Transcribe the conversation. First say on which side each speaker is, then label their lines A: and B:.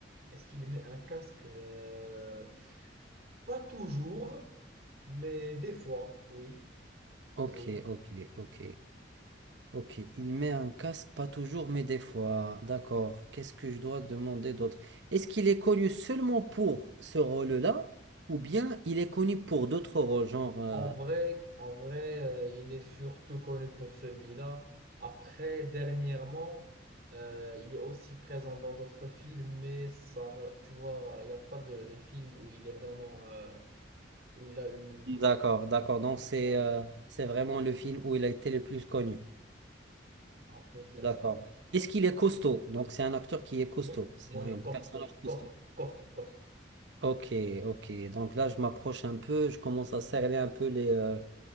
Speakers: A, on the right (about 50°); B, on the right (about 70°).
A: Est-ce qu'il met un casque? Euh, Pas toujours, mais des fois, oui,
B: Ok,
A: oui.
B: ok, ok, ok. Il met un casque, pas toujours, mais des fois. D'accord. Qu'est-ce que je dois demander d'autre? Est-ce qu'il est connu seulement pour ce rôle-là, ou bien il est connu pour d'autres rôles, genre... euh,
A: En vrai, en vrai, euh, il est surtout connu pour celui-là. Après, dernièrement, euh, il est aussi présent dans d'autres films, mais ça, tu vois, il n'y a pas de, de film où il est vraiment. euh, où il a une
B: D'accord, d'accord. Donc c'est
A: Voilà,
B: euh, c'est vraiment le film où il a été le plus connu.
A: on peut se dire
B: D'accord.
A: ça, ouais.
B: Est-ce qu'il est costaud? Donc, c'est un acteur qui est costaud.
A: Oui,
B: C'est
A: oui,
B: un personnage
A: costaud, oui,
B: costaud.
A: costaud, costaud, costaud.
B: Ok, ok. Donc là, je m'approche un peu. Je commence à cerner un peu les, euh,